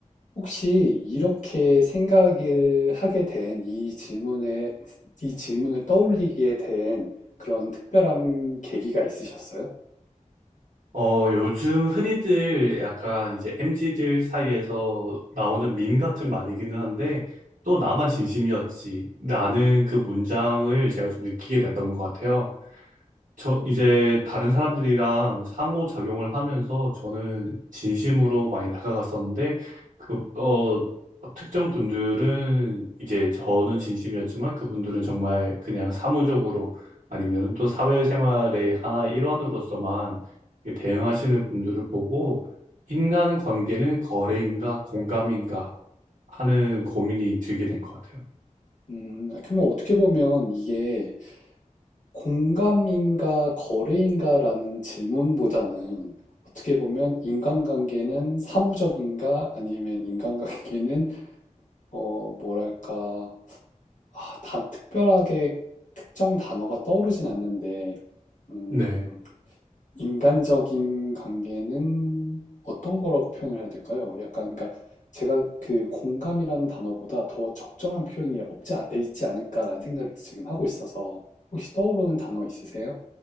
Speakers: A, on the left; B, on the right.
A: 혹시 이렇게 생각을 하게 된 이 질문에, 이 질문을 떠올리게 된 그런 특별한 계기가 있으셨어요?
B: 어, 요즘 흔히들 약간 이제 m 지들 사이에서 나오는 밈 같은 말이기는 한데, 또 나만 진심이었지. 라는 그 문장을 제가 좀 느끼게 됐던 것 같아요. 저
A: 음,
B: 이제 다른 사람들이랑 상호작용을 하면서 저는 진심으로 많이 다가갔었는데 그, 어, 특정 분들은 이제 저는 진심이었지만 그분들은 정말 그냥 사무적으로 아니면 또 사회생활의 하나의 일환으로서만 이렇게 대응하시는 분들을 보고 인간 관계는 거래인가 공감인가 하는 고민이 들게 된 것 같아요.
A: 음, 그러면 어떻게 보면 이게 공감인가 거래인가라는 질문보다는 어떻게 보면 인간관계는 사무적인가 아니면 인간관계는 어, 뭐랄까, 아, 다 특별하게 특정 단어가 떠오르진 않는데, 음,
B: 네.
A: 인간적인 관계는 어떤 거라고 표현을 해야 될까요? 약간, 그러니까 제가 그 공감이라는 단어보다 더 적절한 표현이 없지, 않- 있지 않을까라는 생각이 지금 하고 있어서, 혹시 떠오르는 단어 있으세요?